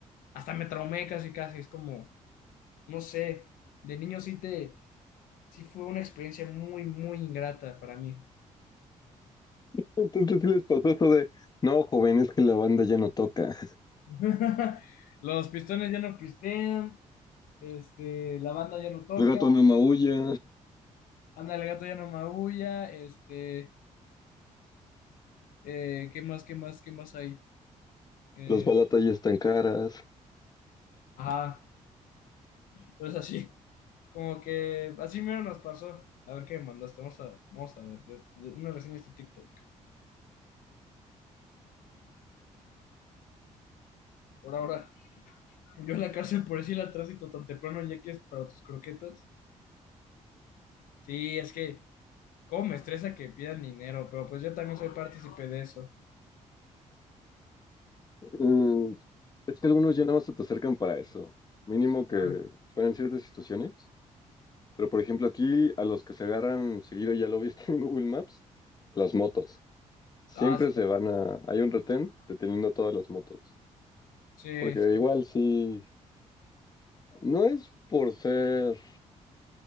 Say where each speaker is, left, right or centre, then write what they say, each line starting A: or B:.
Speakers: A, on the left (about 80°); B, on the left (about 30°).
A: hasta me traumé casi casi, es como, no sé, de niño sí te, sí fue una experiencia muy, muy ingrata para mí.
B: Entonces sí les pasó esto de, no, joven, es que la banda ya no toca.
A: <laughs> Los pistones ya no pistean. este, la banda ya no toca,
B: El gato no maulla,
A: anda el gato ya no maulla, este, eh, ¿qué más, qué más, qué más hay? Eh,
B: las balatas ya están caras.
A: ajá, entonces así, <laughs> como que así mero nos pasó. A ver qué me mandaste, vamos a, vamos a ver re- una reseña de este TikTok. Por ahora, <laughs> yo en la cárcel por decir al tránsito tan temprano ya que es para tus croquetas. Sí, es que, cómo me estresa que pidan dinero, pero pues yo también soy partícipe de eso.
B: Mm, es que algunos ya nada más se te acercan para eso. Mínimo que
A: Ah,
B: fueran ciertas situaciones. Pero por ejemplo aquí a los que se agarran seguido, ya lo viste <laughs> en Google Maps, las motos. Siempre
A: ah,
B: se van a... Hay un retén deteniendo a todas las motos.
A: sí,
B: Porque
A: sí,
B: igual sí... No es por ser